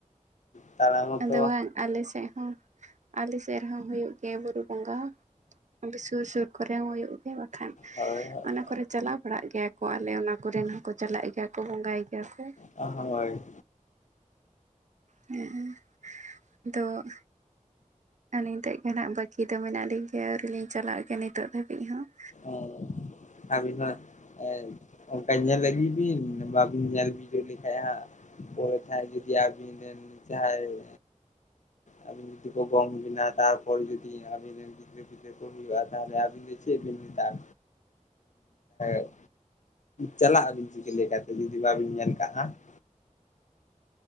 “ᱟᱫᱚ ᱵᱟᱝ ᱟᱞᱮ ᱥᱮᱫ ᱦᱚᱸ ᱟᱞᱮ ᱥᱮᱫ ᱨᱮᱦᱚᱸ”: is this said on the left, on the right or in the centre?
Right